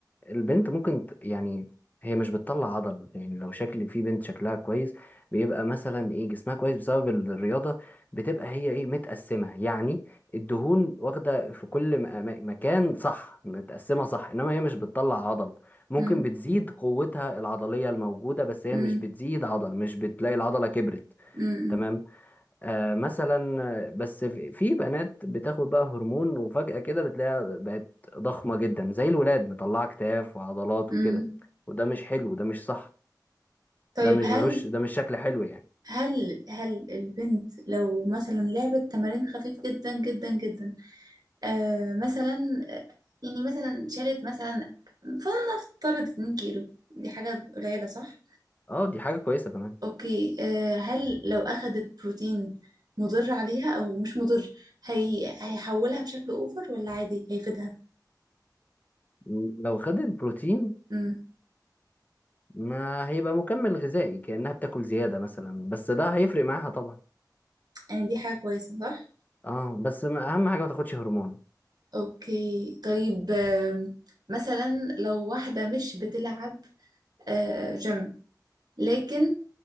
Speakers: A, on the left (about 25°); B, on the right (about 60°).
A: البنت ممكن ت- يعني هي مش بتطلع عضل يعني لو شكل في بنت شكلها كويس بيبقى مثلا ايه جسمها كويس بسبب الرياضة بتبقى هي ايه متقسمة يعني الدهون واخدة في كل م- م- مكان صح متقسمة صح انما هي مش بتطلع عضل ممكن
B: امم
A: بتزيد قوتها العضلية الموجودة بس هي
B: امم
A: مش بتزيد عضل مش بتلاقي العضلة كبرت
B: امم
A: تمام آه مثلا آه، بس في في بنات بتاخد بقى هرمون وفجأة كده بتلاقيها بقت ضخمة جدا زي الولاد مطلعة كتاف وعضلات
B: امم
A: وكده وده مش حلو ده مش صح
B: طيب
A: ده مش
B: هل
A: ملوش ده مش شكل حلو يعني
B: هل هل البنت لو مثلا لعبت تمارين خفيف جدا جدا جدا آه مثلا آه، يعني مثلا شالت مثلا فلنفترض 2 كيلو دي حاجة قليلة صح؟
A: اه دي حاجة كويسة كمان
B: اوكي آه هل لو اخدت بروتين مضر عليها او مش مضر هي هيحولها بشكل اوفر ولا عادي هيفيدها؟
A: م، لو خدت بروتين
B: امم
A: ما هيبقى مكمل غذائي كأنها بتاكل زيادة مثلا بس ده هيفرق معاها طبعا
B: يعني دي حاجة كويسة صح؟
A: اه بس ما- أهم حاجة ما تاخدش هرمون
B: اوكي طيب آم، مثلا لو واحدة مش بتلعب آه، جيم لكن